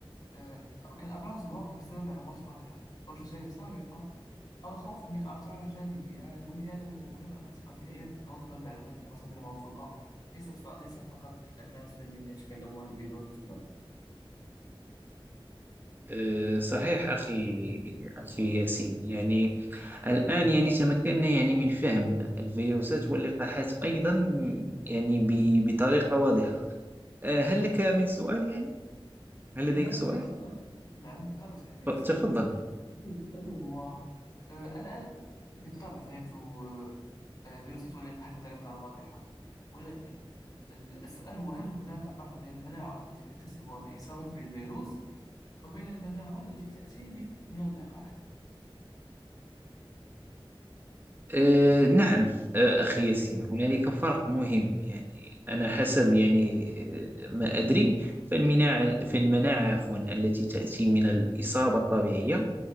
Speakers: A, on the left; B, on the right.
A: آه، كالأبرزها بسبب معلومات خاطئة أو تجارب سابقة أو خوف من آثار جانبية ولهذا من المهم أن نثق في العلم ونطلب المعلومات من مصادر موثوقة ليست ف... ليس فقط الناس الذين يتكلمون بدون خبرة
B: آه، صحيح أخي أخي ياسين يعني الآن يعني تمكنا يعني من فهم الفيروسات واللقاحات أيضا يعني ب- بطريقة واضحة آه، هل لك من سؤال يعني؟ هل لديك
A: نعم
B: سؤال؟
A: لدي سؤال نعم بالطبع صديقي
B: ف-
A: ياسين
B: تفضل
A: لدي سؤال وهو آه، الآن بالطبع فهمت آه، آه، فيروسات واللقاح بطريقة واضحة ولكن السؤال هو هل هناك فرق بين المناعة التي نكتسبها من إصابة بالفيروس وبين المناعة التي تأتي من من اللقاح
B: آه، نعم آه، أخي ياسين هنالك فرق مهم يعني أنا حسب يعني آه، ما أدري فالمناعة فالمناعة عفوا التي تأتي من الإصابة الطبيعية